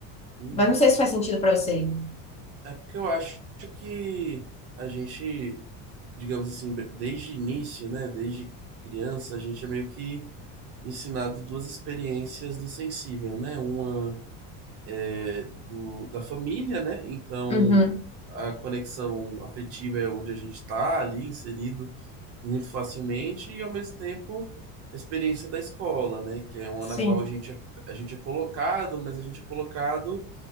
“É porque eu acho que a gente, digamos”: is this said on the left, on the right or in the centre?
Right